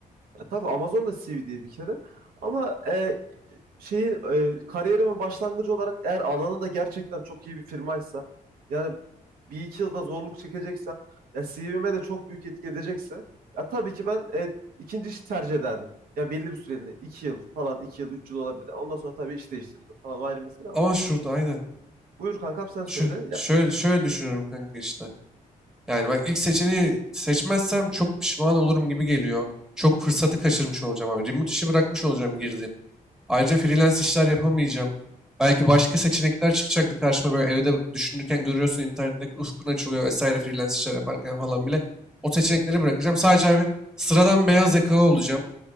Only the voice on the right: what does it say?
Ya, tabii Amazon da CV diye bir kere. Ama e, şeyi e, kariyerimin başlangıcı olarak eğer alanında gerçekten çok iyi bir firmaysa yani bir iki yılda zorluk çekeceksem ya CV'me de çok büyük etki edecekse ya tabii ki ben e, ikinci işi tercih ederdim. Ya belli bir süreliğine iki yıl falan iki yıl üç yıl olabilir. Yani Ondan sonra tabii iş değiştirdim falan o ayrı mesele ama.
Buyur kankam sen söyle.
Yani...
Hı hı,
hı hı,
Kesinlikle.